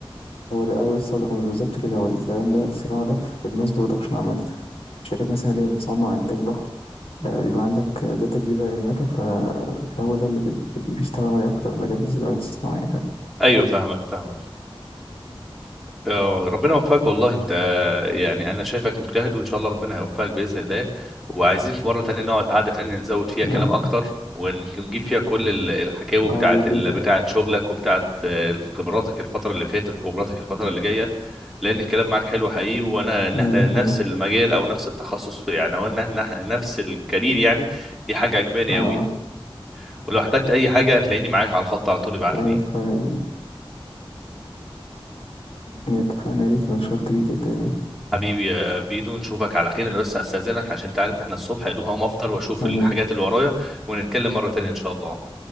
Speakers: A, on the left; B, in the centre.
A: هو لأ، أيوه لسه هقول لك هو مش بالظبط كده هو الكلام ده الصيانة ده في الماس برودكشن عامة الشركات مثلا اللي هي بتصنع إنتاج ضخم آه يبقى عندك داتا كبيرة للمكن ف- فهو ده اللي بن- بيستخدم عليه أكتر المجال الذكاء الصناعي
B: ايوه فاهمك فاهمك آه، ربنا يوفقك والله انت يعني انا شايفك مجتهد وان شاء الله ربنا هيوفقك باذن الله وعايزين في مره تانية نقعد قعده تانية نزود فيها كلام
A: اه
B: اكتر ونجيب فيها كل ال- الحكاوي
A: آه،
B: بتاعت
A: يا ريت
B: ال... بتاعت شغلك وبتاعت آه، خبراتك الفتره اللي فاتت وخبراتك الفتره اللي جايه لان الكلام معاك حلو حقيقي وانا ان
A: يا
B: احنا
A: ريت
B: نفس
A: والله
B: المجال او نفس التخصص في يعني او ان احنا إحنا نفس الكارير يعني دي حاجه عجباني
A: اه
B: قوي
A: اه
B: ولو احتجت اي حاجه هتلاقيني معاك على الخط على طول ابعت
A: ايوه
B: لي
A: فعلا يعني يعني اتفقنا يا ريت انا اتشرفت بيك جدا يعني
B: حبيبي يا بيدو نشوفك على خير انا بس استاذنك عشان تعرف احنا الصبح يا دوب هقوم افطر واشوف
A: ايوه
B: الحاجات اللي ورايا ونتكلم مره تانية ان شاء الله